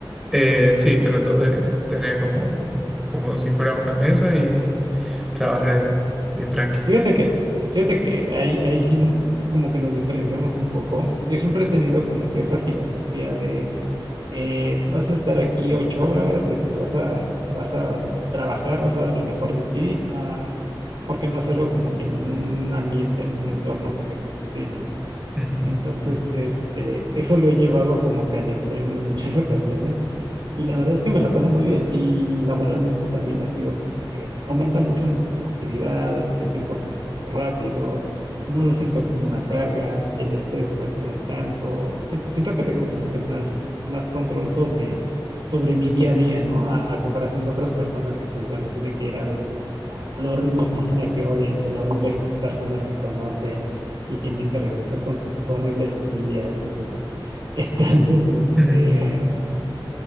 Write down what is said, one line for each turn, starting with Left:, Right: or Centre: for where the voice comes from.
Centre: Eh, sí, trato de tener como, como si fuera una mesa y trabajar ahí, bien tranqui.
Right: Fíjate que, fíjate que ahí, ahí sí como que nos diferenciamos un poco. Yo siempre he tenido como que esa filosofía de eh, vas a estar aquí ocho horas, este, vas a, vas a trabajar, vas a dar lo mejor de ti, ah, ¿por qué no hacerlo como que en un ambiente, en un entorno que te guste a ti, ¿no?
Centre: Ujú.
Right: Entonces, este, eso lo he llevado como que al extremo en muchas <laughs> ocasiones. Y la verdad es que me la paso muy bien y laboralmente también ha sido como que aumenta mucho mi productividad, hace que el tiempo se me pase rápido, no lo siento como una carga, el estrés pues no es tanto, si- siento que tengo como que más, más control sobre, sobre mi día a día, ¿no? A, a comparación de otras personas que pues bueno, tienen que ir al, a, a la horrible oficina que odian, con las horribles personas que conocen y tienen que regresar con sus horribles familias y demás. <laughs> Entonces,
Centre: Ujú.
Right: este, en